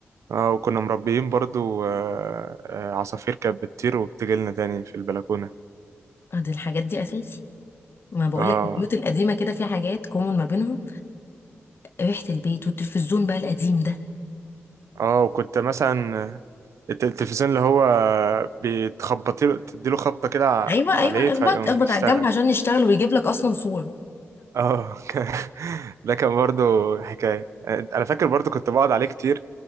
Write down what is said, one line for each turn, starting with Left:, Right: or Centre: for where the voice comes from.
Right: اه وكنا مربيين برضو آه، آه، عصافير كانت بتطير وبتجيلنا تاني في البلكونه
Left: اه دي الحاجات دي اساسي ما بقولك
Right: اه
Left: البيوت القديمة كده في حاجات كومن ما بينهم ريحة البيت والتلفزيون بقى القديم ده
Right: اه وكنت مثلا الت- التلفزيون اللي هو بتخبطي له تديله خبطة كده ع-
Left: ايوه
Right: عليه
Left: ايوه
Right: فيقوم
Left: اخبط اخبط
Right: يشتغل
Left: على الجنب عشان يشتغل ويجيب لك اصلا صور
Right: اه <laughs> كان- ده كان برضو حكاية انا فاكر برضو كنت بقعد عليه كتير